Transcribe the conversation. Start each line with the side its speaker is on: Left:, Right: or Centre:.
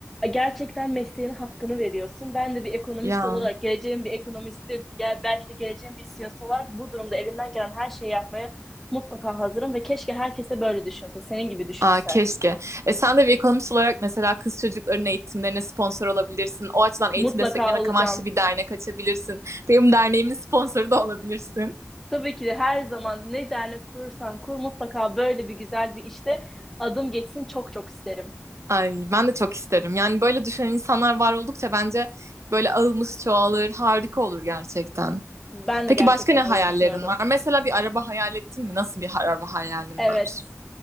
Centre: gerçekten mesleğinin hakkını veriyorsun. Ben de bir ekonomist
Right: Ya.
Centre: olarak, geleceğim bir ekonomisti, gel- belki de geleceğim bir CEO'su olarak bu durumda elimden gelen her şeyi yapmaya mutlaka hazırım ve keşke herkes de böyle düşünse, senin gibi düşünse.
Right: Aa, keşke. E, sen de bir ekonomist olarak mesela kız çocukların eğitimlerine sponsor olabilirsin. O açıdan eğitim
Centre: Mutlaka
Right: desteklemek
Centre: olacağım.
Right: amaçlı bir dernek açabilirsin. Benim derneğimin sponsoru da olabilirsin.
Centre: Tabii ki de her zaman ne dernek kurursan kur mutlaka böyle bir güzel bir işte adım geçsin çok çok isterim.
Right: Ay, ben de çok isterim. Yani böyle düşünen insanlar var oldukça bence böyle ağımız çoğalır, harika olur gerçekten.
Centre: Ben
Right: Peki
Centre: de gerçekten
Right: başka ne hayallerin
Centre: öyle düşünüyorum.
Right: var? Mesela bir araba hayal ettin mi? Nasıl bir araba hayalin
Centre: Evet.
Right: var?